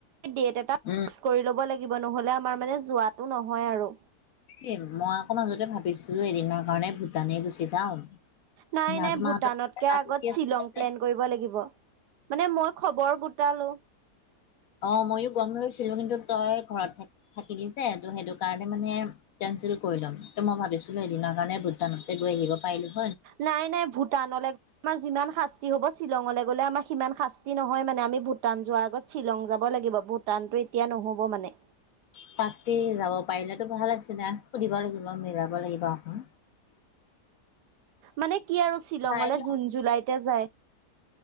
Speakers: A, on the right; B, on the left.
A: ডেট এটা ফিক্স
B: উম।
A: কৰি ল'ব লাগিব নহ'লে আমাৰ মানে যোৱটো নহয় আৰু।
B: এই মই আকৌ মাজতে ভাবিছো এদিনৰ কাৰণে ভূটানেই গুচি যাওঁ।
A: নাই
B: নাজমাহঁতৰ
A: নাই ভূটানতকে
B: আছিলে
A: আগত শ্বিলং প্লেন কৰিব লাগিব। মানে মই খবৰ গোটালো।
B: অঁ মইয়ো গম লৈছিলো কিন্তু তই ঘৰত থ থাকিলি যে সেইটো। তালে মানে কেনচেল কৰি ল'ম, মই ভাবিছিলো এদিনৰ কাৰণে ভূটানতে গৈ আহিব পাৰিলোঁ।
A: নাই নাই ভূটানলৈ আমাৰ যিমান শাস্ত,,, শাস্তি হ'ব শ্বিলঙলৈ গ'লে আমাৰ সিমান শাস্তি নহয়, মানে আমি ভূটান যোৱাৰ আগত শ্বিলং যাব লাগিব ভূটানতটো এতিয়া নহ'ব মানে।
B: তাকেই যাব পাৰিলেতো ভাল আছিলে, সুধিব লাগিব মিলাব লাগিব আকো।
A: মানে কি আৰু শ্বিলঙলে
B: চাই ল
A: জুন জুলাইতে যায়।